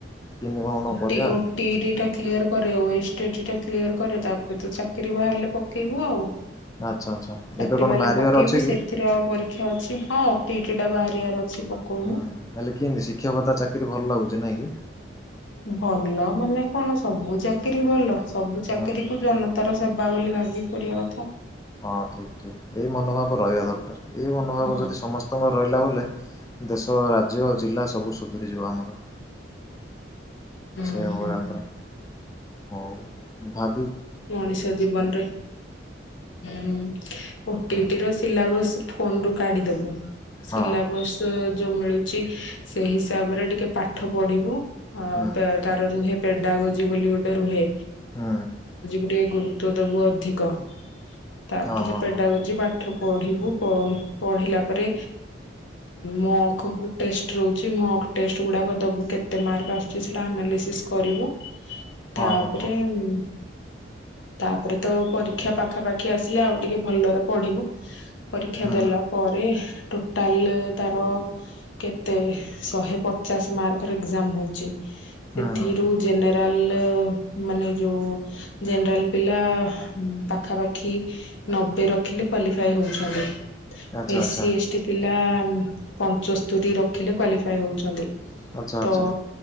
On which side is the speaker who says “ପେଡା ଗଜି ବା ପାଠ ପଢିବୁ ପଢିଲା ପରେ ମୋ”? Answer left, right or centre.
Left